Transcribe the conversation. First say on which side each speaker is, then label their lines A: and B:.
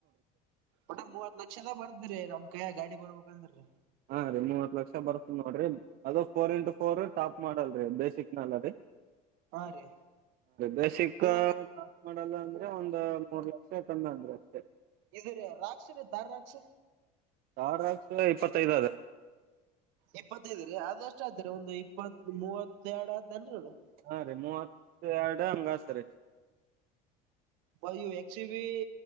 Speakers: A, on the right; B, on the right.
A: ಒಟ್ಟು ಮೂವತ್ ಲಕ್ಷನೆ ಬರ್ದ್ರಿ ನಮ್ ಕೈಯಗೆ ಗಾಡಿ ಬರ್ಬೇಕಂದ್ರೀ
B: ಹಾ ರೀ ಮೂವತ್ ಲಕ್ಷ ಬರ್ತದ ನೋಡ್ರಿ ಅದು four into four top model ರೀ ಬೇಸಿಕ್ ನ ಅಲ್ಲರೀ
A: ಹಾ ರೀ
B: ಬೇಸಿಕ್
A: ಇದು
B: ಟಾಪ್ ಮಾಡೆಲ್ ಅಂದ್ರಿ ಒಂದ್ ಮೂರು ಲಕ್ಷ ಕಮ್ಮಿ ಅಂದ್ರೆ ಅಷ್ಟೇ
A: ಇದರೀ Roxx Thar Roxx
B: Thar Roxx ಇಪತ್ತು ಐದು ಆದರಿ
A: ಇಪ್ಪತ್ತೈದ ರೀ ಅದ ಎಷ್ಟ ಆದತರಿ ಒಂದು ಇಪ್ಪತ್ ಮೂವತ್ತ ಎರಡು ಆದೇನ್ರೀ ಅದು
B: ಹಾ ಮೂವತ್ತೆರಡು ಹಂಗತ್ರಿ
A: ಫೈವ್ ಯಾಕ್ಸ್ ಬಿ